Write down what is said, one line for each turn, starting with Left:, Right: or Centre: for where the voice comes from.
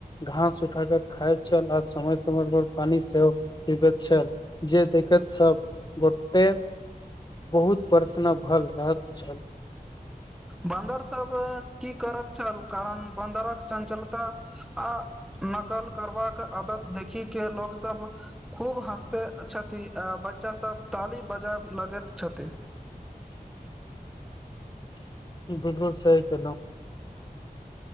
Left: घास उठाक खाइत छल आ समय समय पर पानी सेहो पीबैत छल जे देखैत सभ गोटे बहुत प्रसन भल रह छल
Centre: बन्दर सब की करैत छल कारण बन्दरक चंचलता आ नकल करबाक आदत देखि के लोकसब खूब हँसते छथि आ बच्चा सब ताली बजबए लगैत छथि
Left: <inaudible> बिल्कुल सही केहलौं